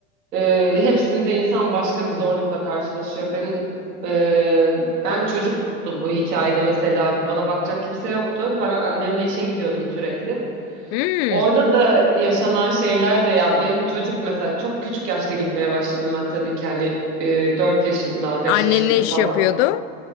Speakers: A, on the right (about 80°); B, on the left (about 50°).
A: e, hepsinde insan başka bir zorlukla karşılaşıyor. Benim e, ben çocuktu bu hikayede mesela bana bakacak kimse yoktu. Ben annemle işe gidiyordum sürekli.
B: Hmm,
A: Orada da yaşanan şeyler de yani benim çocuk mesela çok küçük yaşta gitmeye başladım ben tabii ki hani e, 4 yaşında 5
B: annen
A: yaşında
B: ne iş
A: falan
B: yapıyordu?